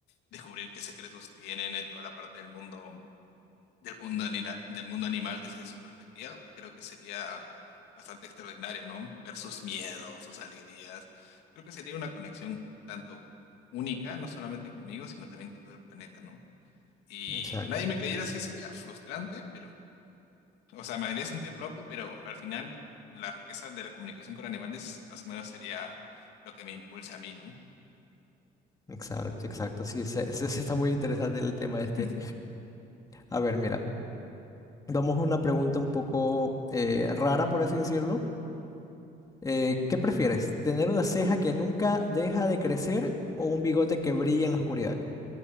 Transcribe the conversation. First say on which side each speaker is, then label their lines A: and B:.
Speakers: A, on the left (about 85°); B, on the left (about 20°).
A: descubrir qué secretos tienen en toda la parte del mundo del mundo, anila- del mundo animal desde su perspectiva, creo que sería bastante extraordinario, ¿no? Ver sus miedos, sus alegrías. Creo que sería una conexión tanto única, no solamente conmigo, sino también con todo el planeta, ¿no? Y
B: Exacto.
A: que nadie me creyera así sería frustrante, pero, o sea, me haría sentir loco, pero al final la riqueza de la comunicación con animales más o menos sería lo que me impulsa a mí, ¿no?
B: Exacto, exacto. Sí, se, se- se <laughs> está muy interesante el tema
A: <laughs>
B: este. A ver, mira, vamos a una pregunta un poco eh, rara, por así decirlo. Eh, ¿qué prefieres? ¿Tener una ceja que nunca deja de crecer o un bigote que brilla en la oscuridad?